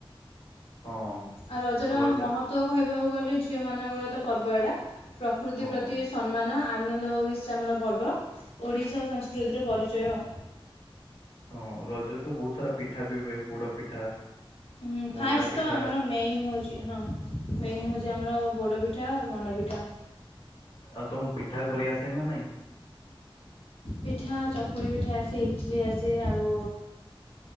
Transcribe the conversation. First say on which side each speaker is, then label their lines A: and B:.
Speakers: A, on the left; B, on the left.
A: ହଁ
B: ଆଉ ରଜର
A: ରଜ
B: ମହତ୍ତ୍ୱ କହିବ କହିବାକୁ ଗଲେ ଝିଅ ମାନଙ୍କର ତ ପର୍ବ ଏଟା। ପ୍ରକୃତି
A: ହଁ
B: ପ୍ରତି ସମ୍ମାନ ଆନନ୍ଦ ଓ ବିଶ୍ରାମର ପର୍ବ ଓଡ଼ିଶା ଓ ସଂସ୍କୃତିର ପରିଚୟ ଆଉ।
A: ହଁ ରଜରେ ତ ବହୁତ ସାରା ପିଠା ବି ହୁଏ ପୋଡ ପିଠା
B: ହଁ
A: ମଣ୍ଡା
B: ଫାଷ୍ଟ
A: ପିଠା
B: ତ ଆମର ମେନ ହଉଛି ହଁ ମେନ୍
A: ହଁ
B: ହଉଛି ଆମର ପୋଡ଼ପିଠା ପିଠା ଆଉ ମଣ୍ଡାପିଠା।
A: ଆଉ ତମକୁ ପିଠା କରିଆସେ ନା ନାଇଁ?
B: ପିଠା ଚକୁଳି ପିଠା ଆସେ ଇଟଲି ଆସେ ଆଉ